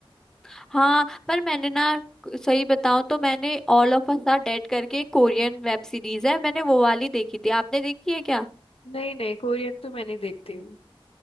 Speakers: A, in the centre; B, on the left.
A: हाँ पर मैंने ना सही बताऊं तो मैंने all of us are dead करके एक कोरियन वेब सीरीज है मैंने वो वाली देखी थी आपने देखी है क्या
B: नहीं नहीं कोरियन तो मैं नहीं देखती हूँ